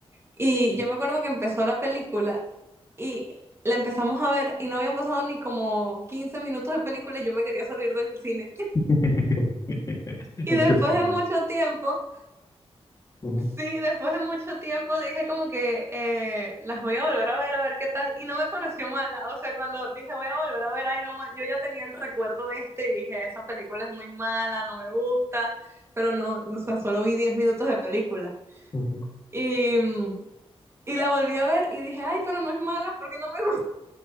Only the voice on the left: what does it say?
<laughs>
Hay
que poner-
ujú,
ujú.